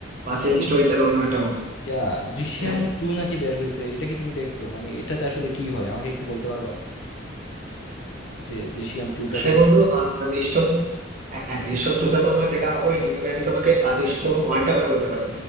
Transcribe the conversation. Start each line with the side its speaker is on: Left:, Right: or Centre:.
Right: বা
Left: আচ্ছা
Right: সেই
Left: বন্ধু
Right: স্টোরিটার অন্য একটা মুভি
Left: ইয়া দৃশ্যম
Right: হ্যাঁ
Left: টু নাকি বের হয়েছে এটা কি তুমি দেখছো মানে এটাতে আসলে কি হয় আমাকে একটু বলতে পারবা যে দৃশ্যম টুটা
Right: আসলে
Left: যে বের
Right: বন্ধু আহ দৃশ্যম হ্যাঁ দৃশ্যম টুটা তো আমার দেখা হয়নি তবে আমি তোমাকে আহ, দৃশ্যম ওয়ানটা কথা বলতে পারি